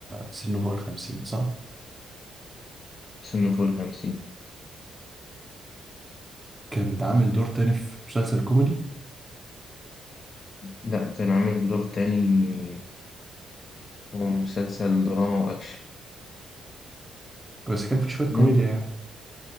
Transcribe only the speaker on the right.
سنه فوق الخمسين صح؟
كان ده عامل دور تاني في مسلسل كوميدي
بس كان في شوية
كوميديا يعني